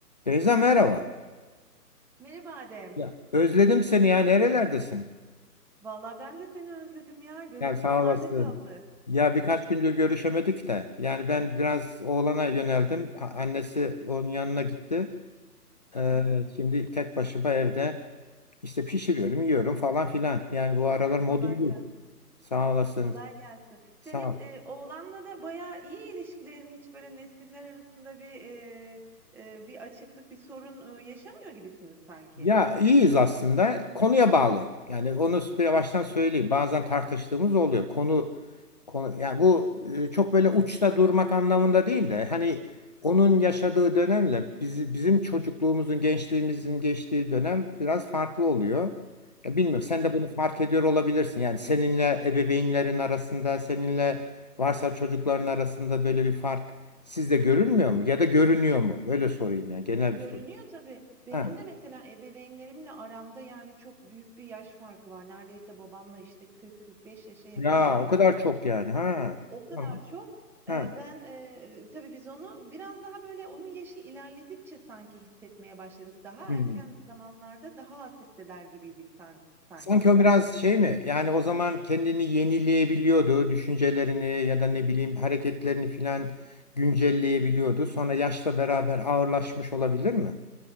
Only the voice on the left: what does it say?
Beyza merhaba.
Ya. Özledim seni ya nerelerdesin?
Yani sağ
olasın.
Ya birkaç gündür görüşemedik de. Yani ben biraz oğlana yöneldim. A- Annesi onun yanına gitti. Ee,
şimdi tek başıma evde işte pişiriyorum, yiyorum falan filan. Yani bu aralar modum
bu.
Sağ olasın.
Sağ
Ya iyiyiz aslında. Konuya bağlı. Yani onu bir baştan söyleyeyim. Bazen tartıştığımız oluyor. Konu, konu yani bu e, çok böyle uçta durmak anlamında değil de hani onun yaşadığı dönemle bizi, bizim çocukluğumuzun, gençliğimizin geçtiği dönem biraz farklı oluyor. Ya bilmiyorum sen
de bunu fark ediyor olabilirsin. Yani seninle ebeveynlerin arasında, seninle varsa çocukların arasında böyle bir fark sizde görünmüyor mu? Ya da görünüyor mu? Böyle sorayım yani genel
bir soru.
Ha.
Ya
o kadar
çok yani. Ha.
Tamam.
Ha.
Hmm.
Sanki o biraz şey mi? Yani o zaman kendini yenileyebiliyordu. Düşüncelerini ya da ne bileyim hareketlerini filan güncelleyebiliyordu. Sonra yaşla beraber ağırlaşmış olabilir mi?